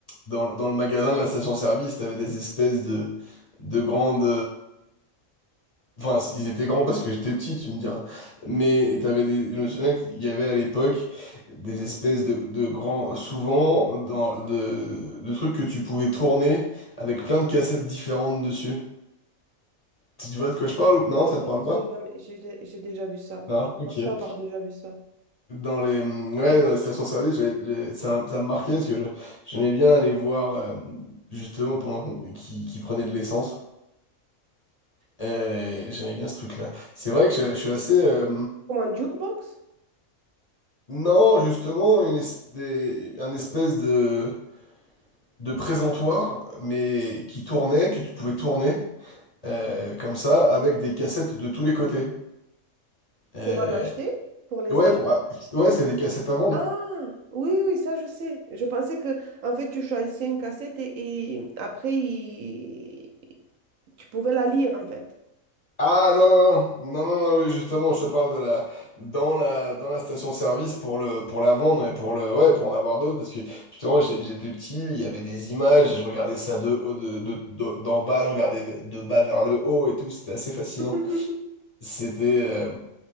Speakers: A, on the left; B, on the right.
A: Dans, dans le magasin de la station-service, t'avais des espèces de, de grandes... Enfin, ils étaient grands parce que j'étais petit, tu me diras. Mais et t'avais des... je me souviens qu'il y avait à l'époque des espèces de, de grands, souvent, dans, de, de trucs que tu pouvais tourner avec plein de cassettes différentes dessus. Tu tu vois de quoi je parle ou non?
B: Je
A: Ça
B: sais pas
A: te parle
B: si
A: pas?
B: j'ai jamais... j'ai j'ai déjà vu ça.
A: Non?
B: Je
A: Ok.
B: pense pas avoir déjà vu ça.
A: Dans les, mmh, ouais, dans les stations-service, j'ai- j'ai- ça, ça me marquait parce que je- j'aimais bien aller voir, euh, justement, pendant qu'on- qu'ils qu'ils prenaient de l'essence. Euh, J'aimais bien ce truc-là. C'est vrai que je, je suis assez. euh,
B: Comme un jukebox
A: Non, justement, une es- des- un espèce de, de présentoir, mais qui tournait, que tu pouvais tourner, euh, comme ça, avec des cassettes de tous les côtés. Euh,
B: pour en acheter, pour les
A: ouais,
B: acheter.
A: pour- ah, ouais, c'est des cassettes à vendre.
B: Ah, oui, oui, ça je sais. Je pensais que en fait tu choisissais une cassette et, et après il- tu pouvais la lire en fait.
A: Ah non, non, non, non, non, non, oui, justement, je te parle de la, dans la, dans la station-service pour le, pour la vendre et pour le, ouais, pour en avoir d'autres, parce que justement, j'ai- j'étais petit, il y avait des images et je regardais ça de haut, de, de- de- d'en bas, je regardais de bas vers le haut et tout, c'était assez fascinant.
B: <laughs>
A: C'était. euh,